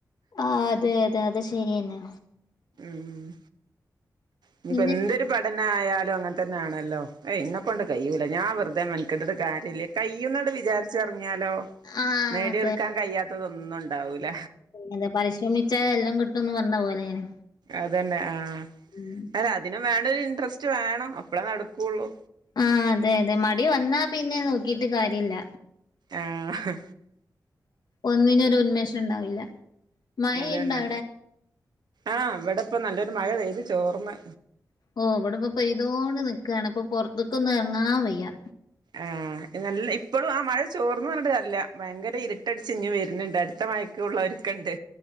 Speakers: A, on the left (about 70°); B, on the right (about 80°).
A: ആഹ് അതെ അതെ അത് ശെരിയെന്നെ
B: മ്മ് ഇനിയിപ്പോ
A: പിന്നെ
B: എന്തൊരു പ തന്നെ ആയാലും അങ്ങനെ തന്നൊണല്ലോ ഏയ് എന്നെ കൊണ്ട് കഴിയില്ല ഞാൻ വെറുതെ മെനകെട്ടിട്ട് കാര്യമില്ല കയ്യുന്നട് വിചാരിച്ച അങ്ങ് എറങ്ങിയാലോ
A: ആ
B: നേടിയെടുക്കാൻ
A: അതെ
B: കഴിയാത്തതൊന്നും ഉണ്ടാവൂല
A: എന്താ പരിശ്രമിച്ചാ എല്ലാം കിട്ടുമെന്ന് പറഞ്ഞ പോലെ ഇങ്ങനെ
B: അതന്നെ ആഹ്
A: മ്മ്
B: ആഹ് അതിനും വേണം ഒരു ഇൻട്രസ്റ്റ് വേണം അപ്പളേ നടക്കുവുള്ളൂ
A: ആഹ് അതെ അതെ മടി വന്നാ പിന്നെ നോക്കിട്ട് കാര്യമില്ല
B: ആഹ്
A: ഒന്നിനും ഒരു ഉന്മേഷം ഉണ്ടാവില്ല മഴയുണ്ടോ
B: അത് തന്നെ
A: അവിടെ
B: ആഹ് ഇവിടെ ഇപ്പം നല്ലൊരു മഴ പെയ്ത് ചോർന്ന്
A: ഓഹ് ഇവിടെ ഇപ്പം പെയ്തോണ്ട് നിക്കയാണ് ഇപ്പൊ പുറത്തേക്ക് ഒന്നും ഇറങ്ങാൻ വയ്യ
B: ആഹ് നല്ല ഇപ്പോഴും ആ മഴ ചോർന്നു പറഞ്ഞിട്ട് കാര്യമില്ല ഭയങ്കര ഇരുട്ടടിച്ച് ഇങ്ങ് വരുന്നുണ്ട് അടുത്ത മഴയ്ക്ക് ഒക്കെ ഉള്ളവർക്കുണ്ട്